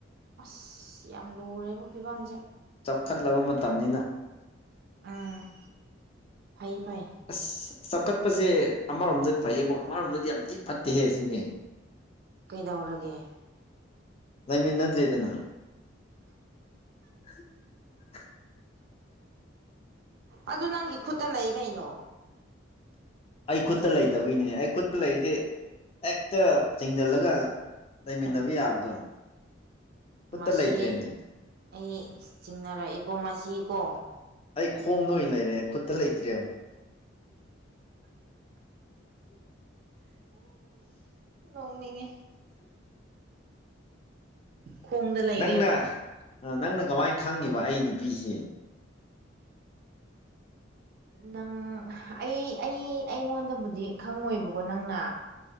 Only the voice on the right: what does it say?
ꯑꯁ ꯌꯥꯝ ꯂꯨꯔꯦꯕ ꯐꯤꯕꯝꯁꯦ
ꯎꯝ ꯐꯩꯌꯦ ꯐꯩ
ꯀꯩꯗꯧꯔꯒꯦ
ꯑꯗꯨ ꯅꯪꯒꯤ ꯈꯨꯠꯇ ꯂꯩ ꯀꯩꯅꯣ
ꯃꯁꯤ
ꯑꯩ ꯆꯤꯡꯅꯔꯛꯏꯀꯣ ꯃꯁꯤꯀꯣ
ꯇꯣꯡꯅꯤꯉ ꯈꯣꯡꯗ ꯂꯩꯔꯦꯕ
ꯅꯪ ꯑꯩ ꯑꯩ ꯑꯩꯉꯣꯟꯗꯕꯨꯗꯤ ꯈꯪꯉꯣꯏꯕꯀꯣ ꯅꯪꯅ